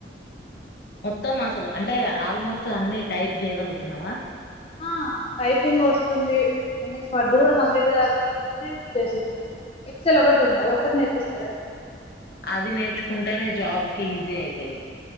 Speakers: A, on the left; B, on the left.
A: మొత్తం అసలు అంటే ఆల్మోస్ట్ అన్ని టైప్ చేయగలుగుతున్నావా
B: ఆ టైపింగ్ వస్తుంది ఎంఎస్ వడు కూడా కంప్లీట్ గా నేర్పిచేసిస్తారు ఎక్సల్ ఒకటి ఉంది అది ఒకటి నేర్పిస్తారు అయితుంది
A: అది నేర్చుకుంటేనే జాబ్ కి ఈజీ అయితది